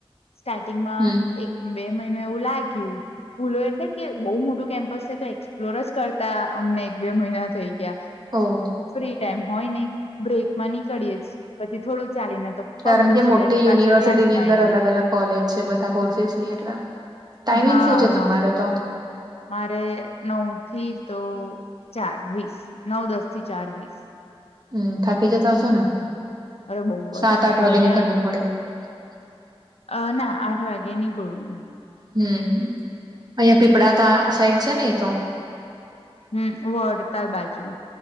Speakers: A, on the left; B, on the right.
A: સ્ટાર્ટિંગમાં
B: હમ
A: એક બે મહિના એવું લાગ્યું. ભૂલો એટલે કે બહુ મોટું કેમ્પસ છે તો એક્સપ્લોર જ કરતા અમને એક બે મહિના થઈ ગયા.
B: ઓહ.
A: ફ્રી ટાઈમ હોય નઈ, બ્રેકમાં નીકળીએ સ, પછી થોડું ચાલીને તો
B: કારણકે
A: પગ દુખી
B: મોટી
A: જાય એટલે
B: યુનિવર્સિટીની
A: પાછા ક્લાસમાં
B: અંદર
A: આઈ જઈ
B: અલગ અલગ કોલેજ છે, બધા કોર્સીસની એટલે ટાઈમિંગ
A: હા
B: શું છે
A: હા
B: તમારો તો?
A: મારે નવ થી તો ચાર વીસ, નવ દસ થી ચાર વીસ.
B: હમ થાકી જતા હશો ને,
A: અરે બહુ જ
B: સાત આઠ
A: ઘરે
B: વાગે નીકળવું પડે.
A: અ ના આઠ વાગે નીકળું હું.
B: હમ અહિયાં પીપળા પા સાઈડ છે ને એ તો
A: હમ વળતા બાજુ.